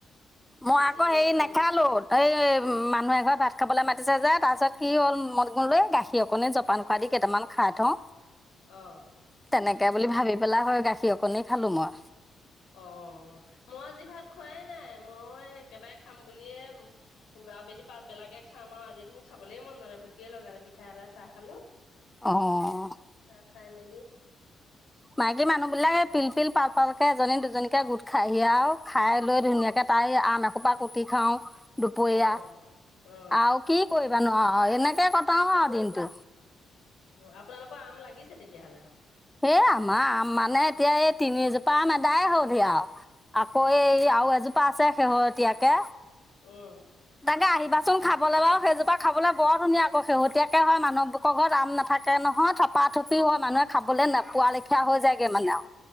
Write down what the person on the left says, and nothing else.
পিচি
পেলাই
মান
অ'।
অ', মই আজি ভাত খোৱাই নাই, মই একেবাৰে খাম বুলিয়েই আবেলি পাছবেলাকে খাম আৰু। আজি দেখোন খাবলৈ মন যোৱা নাই, ভোকে লগা নাই। পিঠা এটা, চাহ খালোঁ।
চাহ খাই মেলি
অ
অ অ
আ
<unintelligible> আপোনালোকৰ আম লাগিছে তেতিয়াহ'লে?
অ
উম।